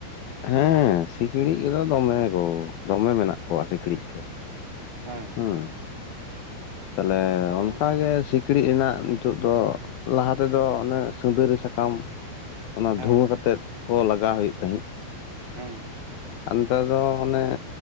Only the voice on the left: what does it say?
ᱦᱮᱸ ᱥᱤᱠᱲᱤᱡ ᱠᱚᱫᱚ ᱫᱚᱢᱮ ᱜᱳ, ᱫᱚᱢᱮ ᱢᱮᱱᱟᱜ ᱠᱚᱣᱟ ᱥᱤᱠᱲᱤᱡ ᱠᱚ᱾
ᱦᱩᱸ᱾ ᱛᱟᱦᱞᱮ
ᱚᱱᱠᱟ ᱜᱮ ᱥᱤᱠ ᱥᱤᱸᱠᱲᱤᱡ ᱨᱮᱱᱟᱜ ᱱᱤᱛᱚᱜ ᱫᱚ ᱞᱟᱦᱟ ᱛᱮᱫᱚ ᱚᱱᱮ ᱥᱤᱸᱫᱟᱹᱨᱤ ᱥᱟᱠᱟᱢ ᱚᱱᱟ
ᱫᱷᱩᱶᱟᱹ ᱠᱟᱛᱮᱫ ᱠᱚ ᱞᱟᱜᱟᱣ ᱦᱩᱭᱩᱜ ᱛᱟᱦᱮᱸᱫ᱾
ᱟᱨ ᱱᱮᱛᱟᱨ ᱫᱚ ᱦᱟᱱᱮ